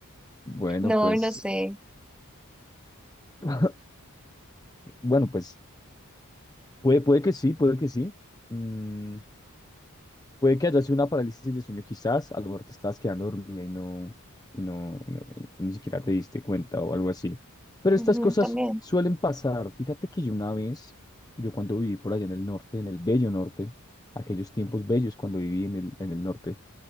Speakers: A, on the left (about 15°); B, in the centre.
A: Bueno,
B: No,
A: pues,
B: no sé.
A: <laughs> bueno, pues, puede, puede que sí, puede que sí. Mm, Puede que haya sido una parálisis de sueño, quizás, a lo mejor te estabas quedando dormida y no, y no, y no- y ni siquiera te diste cuenta o algo así. Pero
B: Ujú,
A: estas cosas
B: también.
A: suelen pasar. Fíjate que yo una vez, yo cuando viví por allá en el norte, en el bello norte, aquellos tiempos bellos cuando viví en el, en el norte,